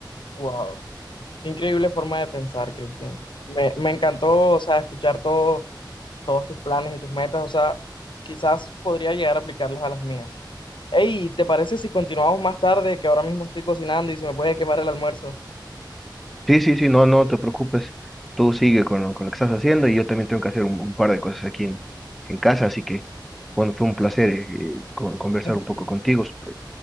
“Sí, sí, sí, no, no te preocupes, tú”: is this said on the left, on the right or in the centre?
Centre